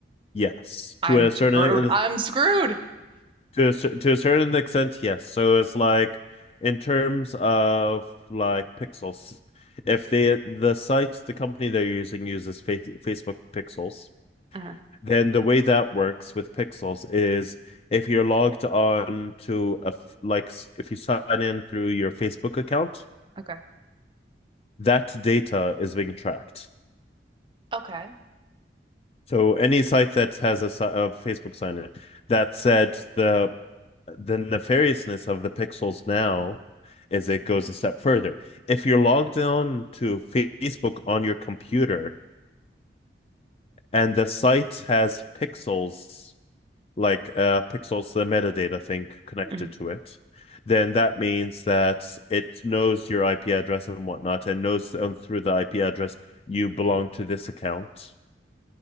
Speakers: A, on the left; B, on the right.
A: Yes,
B: I'm
A: to a certain
B: screwed. I'm screwed.
A: to a, cer- to a certain extent, yes. So it's like in terms of like pixels, if they the site the company they're using uses fa Facebook pixels,
B: Uh,
A: then the way that works with pixels is if you're logged on to a f- like s- if you sign in through your Facebook account,
B: okay.
A: that data is being tracked.
B: Okay.
A: So any site that has a, si- a Facebook sign in that said the the nefariousness of the pixels now is it goes a step further. If you're logged on to Facebook on your computer and the site has pixels, like uh, pixels, the metadata thing connected
B: Mhm.
A: to it, then that means that it knows your IP address and whatnot and knows um, through the IP address you belong to this account.